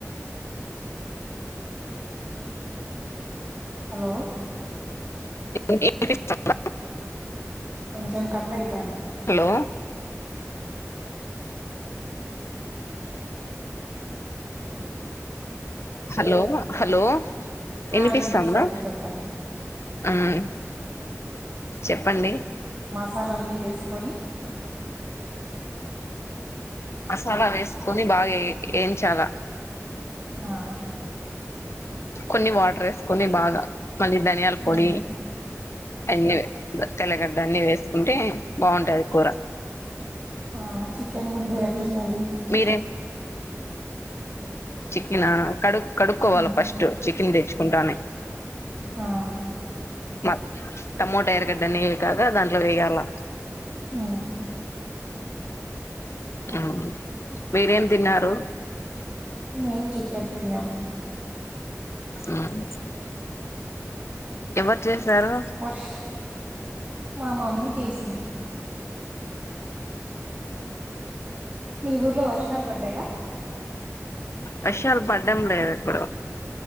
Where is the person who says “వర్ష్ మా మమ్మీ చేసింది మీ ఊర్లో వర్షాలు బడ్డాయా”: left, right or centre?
Right